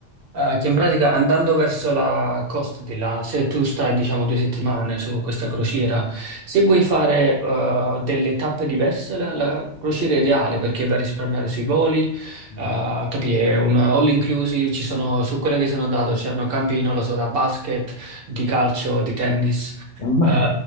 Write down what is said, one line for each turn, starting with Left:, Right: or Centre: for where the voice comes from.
Right: Eh, che in pratica andando verso la costa di là, se tu stai diciamo due settimane su questa crociera, se vuoi fare eh, delle tappe diverse, la, la crociera è ideale perché va a risparmiare sui voli,
Left: Mhm.
Right: eh, capì? È un all inclusive, ci sono, su quella che sono andato c'erano campi, non lo so, da basket, di calcio, di tennis.
Left: <laughs> Ma,
Right: Eh,